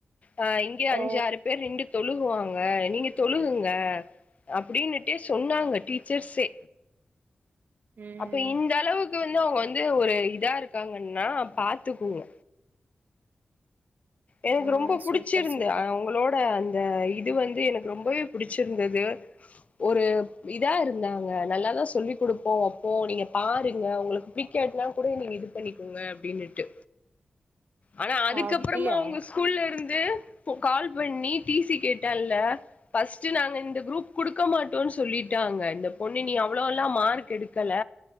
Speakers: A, on the left; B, on the right.
A: ஆ இங்க அஞ்சாறு
B: ஓ
A: பேர் நின்டு தொழுகுவாங்க நீங்க தொழுகுங்க அப்டின்னுட்டே சொன்னாங்க டீச்சர்ஸே
B: ம்
A: அப்ப இந்த அளவுக்கு வந்து அவுங்க வந்து ஒரு இதா இருக்காங்கன்னா பாத்துக்கோங்க எனக்கு
B: ஆ
A: ரொம்ப புடிச்சிருந்து
B: சூப்பர் சூப்பர்
A: அவங்களோட அ இது வந்து எனக்கு ரொம்பவே புடிச்சிருந்தது ஒரு இதா இருந்தாங்க நல்லாதா சொல்லி் குடுப்போ வெப்போ நீங்க பாருங்க உங்களுக் புடிக்காட்னா கூட நீங்க இது பண்ணிக்கோங்க அப்டின்னுட்டு ஆனா அதுக்கப்புறமா
B: அப்டியா
A: அவுங் ஸ்கூல்ல இருந்து இப்போ கால் பண்ணி டி சி கேட்டால்ல ஃபஸ்ட்டு நாங்க இந்த குரூப் குடுக்க மாட்டோன் சொல்லிட்டாங்க இந்த பொண்ணு நீ அவ்வளோலா மார்க் எடு கல